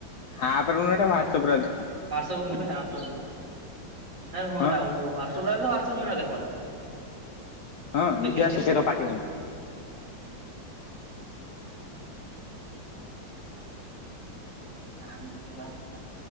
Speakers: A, on the left (about 65°); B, on the right (about 40°).
A: ହଁପଣ ମୁଁ ୱେଟ୍ସ ରେ ଅଛି। ତ।
B: ହାଟ୍ସପ୍ ନେବେ ଆପ ରେବି ଅଛି। ନାଇଁ
A: ହଁ।
B: ଆଉଛି ହାଟସପଟସପ୍ ଦେଖେ।
A: ହଁ ଦେଖିବା
B: ଦେଖିଆ।
A: ଟିକେଟ ର ପାଟିିବନି।
B: ହଁଖୁ ଆକ